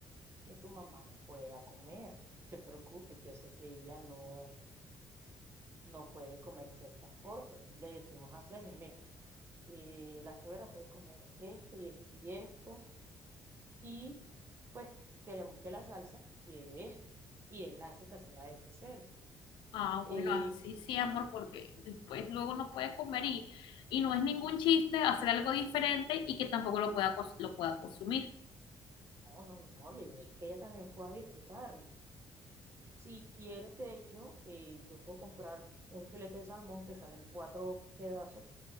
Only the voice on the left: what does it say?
Ah,
bueno, así sí, amor, porque después luego no puede comer y, y no es ningún chiste hacer algo diferente y que tampoco lo pueda, cos- lo pueda consumir.